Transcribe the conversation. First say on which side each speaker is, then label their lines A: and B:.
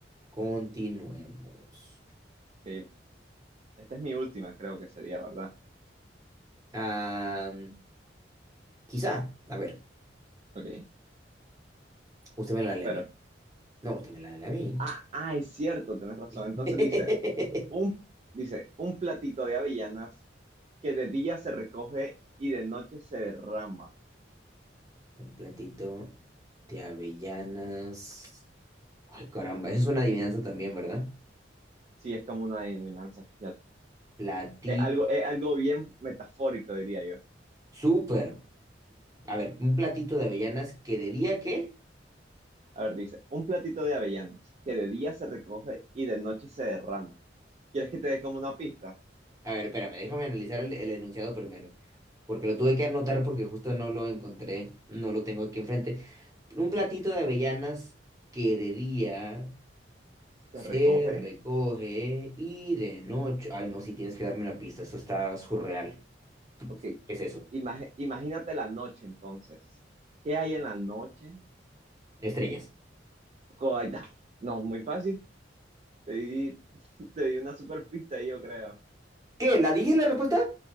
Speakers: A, on the right; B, on the right.
A: Continuemos.
B: Ok, Esta es mi última, creo que sería, ¿verdad?
A: Ah, quizá, a ver,
B: Ok,
A: usted me la
B: te
A: lee
B: espero.
A: a mí. No, usted me la lee a mí.
B: Ah, ah, es cierto, tenés razón.
A: <laughs>
B: Entonces dice, un, dice, un platito de avellanas que de día se recoge y de noche se derrama.
A: Un platito de avellanas. Ay, caramba, esa es una adivinanza también, ¿verdad?
B: Sí, es como una adivinanza, fíjate.
A: Platí.
B: Es algo, es algo bien metafórico, diría yo.
A: Súper. A ver, un platito de avellanas que de día que.
B: A ver, dice, un platito de avellanas que de día se recoge y de noche se derrama. ¿Quieres que te dé como una pista?
A: A ver, espérame, déjame analizar el, el enunciado primero. Porque lo tuve que anotar porque justo no lo encontré. No lo tengo aquí enfrente. Un platito de avellanas que de día
B: Se
A: se
B: recoge.
A: recoge y de noche. Ay, no, si tienes que darme una pista. Esto está surreal.
B: Ok,
A: ¿Qué es eso?
B: Imag- imagínate la noche entonces. ¿Qué hay en la noche?
A: Estrellas.
B: Co- Ahí está. No, muy fácil. Te di, te di una super pista ahí, yo creo.
A: ¿Qué? ¿La dije la respuesta?